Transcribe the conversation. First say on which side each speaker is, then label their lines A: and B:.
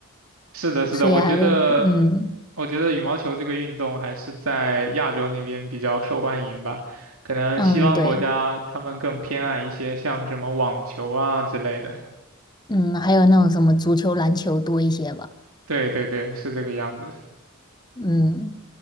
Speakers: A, on the right (about 75°); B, on the left (about 20°).
A: 是的，是的，
B: 所以还是，
A: 我觉得，
B: 嗯
A: 我觉得羽毛球这个运动还是在亚洲那边比较受欢迎吧。可能西方国家他们更偏爱一些像什么网球啊之类的。
B: 嗯，对，嗯，还有那种什么足球、篮球多一些吧。
A: 对对对，是这个样子。
B: 嗯，